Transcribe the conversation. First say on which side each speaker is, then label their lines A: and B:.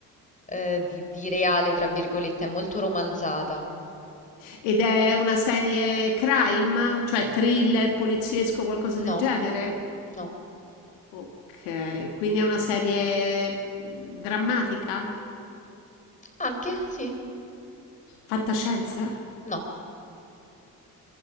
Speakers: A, on the left; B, on the left.
A: eh, di, di reale, tra virgolette, è molto romanzata.
B: ed è una serie crime, cioè thriller, poliziesco, qualcosa
A: No,
B: del genere?
A: no.
B: Ok, quindi è una serie mm, drammatica?
A: Anche? Sì?
B: Fantascienza?
A: No.